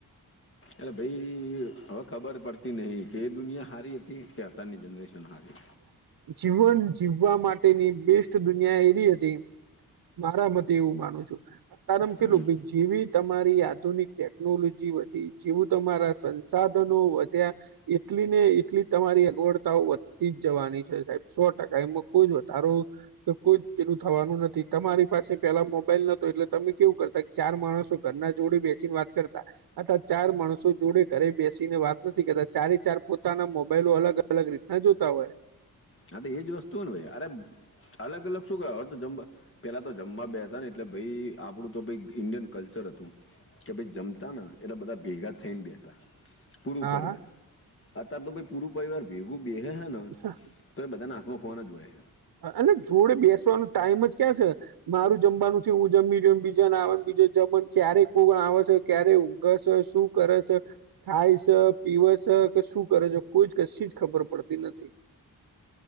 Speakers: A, on the left; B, on the right.
A: એલે ભાઈ હવે ખબર પડતી નહીં કે એ દુનિયા સારી હતી કે અતારની જનરેશન સારી.
B: જીવન જીવવા માટેની બેસ્ટ દુનિયા એવી હતી. મારા મતે એવું માનું છું. અતારે આમ કેવુ
A: હમ.
B: જેવી તમારી આધુનિક ટેકનોલોજી વધી જેવું તમારા સાધનો વધ્યા એટલી ને એટલી તમારી અગવડ તાઓ વધતી જ જવાની છે સાહેબ સો ટકા એમાં કોઈ જ વધારો તો કોઈ પેલું થવાનું નથી તમારી પાસે પેલા મોબાઈલ નોતો એટલે તમે કેવું કરતા કે ચાર માણસો ઘરના જોડે બેસીને વાત કરતા. આ ચાર માણસો જોડે ઘરે બેસીને વાત નથી કરતા ચારે ચાર પોતાના મોબાઈલો અલગ અલગ રીતના જોતા હોય.
A: હા તો એજ વસ્તુ હો ને ભાઈ અરે અલગ અલગ શું ક તો જ પેલા તો જમવા બે હતા ને એટલે ભાઈ આપડું તો ભઈ ઈન્ડિયન કલ્ચર હતું. કે ભાઈ જમતા ને એટલા બધા ભેગા થઈને બેસતા. પૂરૂ
B: હા
A: પરિવાર,
B: હા
A: અત્યારે તો ભાઈ પૂરૂ પરિવાર ભેગું બેહે હૈ.
B: હા.
A: તોય બધાના હાથમાં ફોન જ હોય.
B: અને જોડે બેસવાનું ટાઈમ જ ક્યાં છે. મારું જમવાનું છે હું જમી રહને બીજા આવે બીજા જમ ક્યારે કોઈ આવે છે ક્યારે ઊઘે છે શું કરે છે, ખાય છે પીવે છે કે શું કરે છે કોઈ જ કશી જ ખબર પડતી નથી.